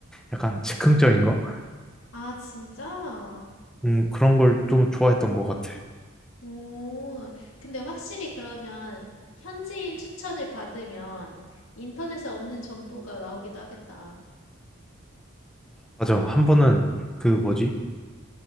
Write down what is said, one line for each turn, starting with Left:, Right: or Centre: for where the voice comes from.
Centre: 약간 즉흥적인 거?
Left: 아, 진짜?
Centre: 음, 그런 걸 좀 좋아했던 것 같아.
Left: 오, 근데 확실히 그러면 현지인 추천을 받으면 인터넷에 없는 정보가 나오기도 하겠다.
Centre: 맞아. 한 번은 그 뭐지?
Left: 응,